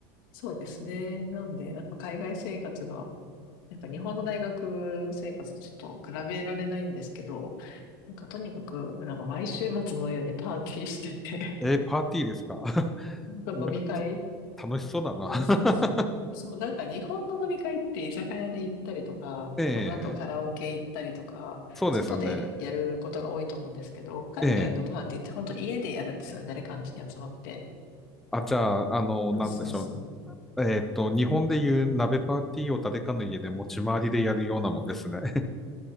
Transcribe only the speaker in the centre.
えーパーティーですか <laughs>
なんか、た楽しそうだな。
<laughs>
え
え、そうですね。
ええ、
あ、じゃあ、あの、
なんでしょう。えっと、日本でいう鍋パーティーを誰かの家で持ち回りでやるようなもんですね。